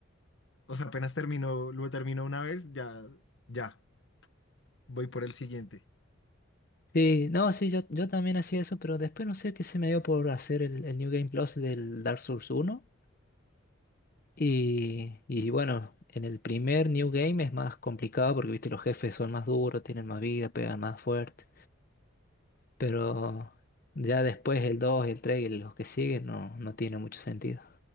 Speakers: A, on the left (about 60°); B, on the left (about 45°).
A: O sea, apenas terminó, lo terminó una vez, ya, ya, voy por el siguiente.
B: Sí, no, sí, yo, yo también hacía eso, pero después no sé qué se me dio por hacer el, el New Game Plus del Dark Souls uno Y, y bueno, en el primer New Game es más complicado porque, viste, los jefes son más duros, tienen más vida, pegan más fuerte. Pero ya después el 2 el 3 y los que siguen no, no tiene mucho sentido.